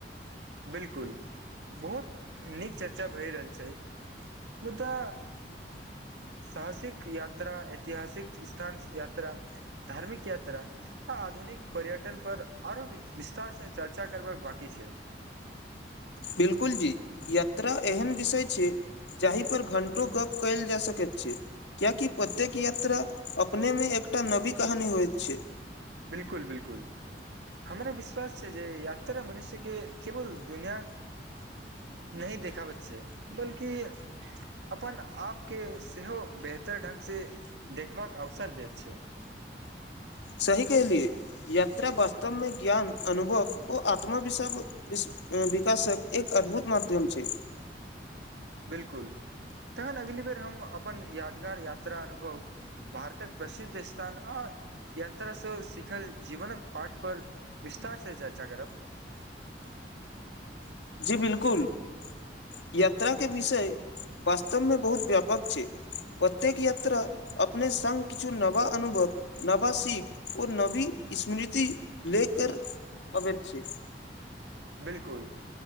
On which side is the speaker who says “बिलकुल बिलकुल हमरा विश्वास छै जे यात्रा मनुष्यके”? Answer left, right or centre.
Right